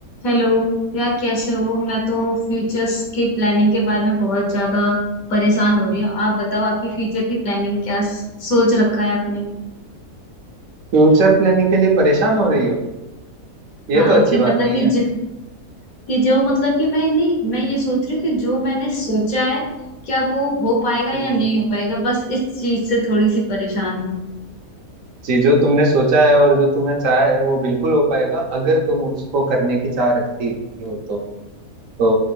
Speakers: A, on the left (about 70°); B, on the right (about 65°).
A: Hello यार कैसे हो मैं तो फ्यूचर्स की प्लानिंग के बारे में बहुत ज्यादा परेशान हो रही हूँ आप बताओ आपकी फ्यूचर की प्लानिंग क्या स- सोच रखा है आपने
B: Future planning के लिए परेशान हो रही हो ये
A: हाँ
B: तो अच्छी
A: कि
B: बात
A: मतलब
B: नहीं
A: कि
B: है
A: ज, कि जो मतलब कि मैं नहीं मैं ये सोच रही हूँ कि जो मैंने सोचा है क्या वो हो पाएगा
B: हम्म,
A: या नहीं हो पाएगा बस इस चीज से थोड़ी सी परेशान हूँ
B: जी जो तुमने सोचा है और जो तुम्हें चाह है वो बिल्कुल हो पाएगा अगर तुम उसको करने की चाह रखती हो तो तो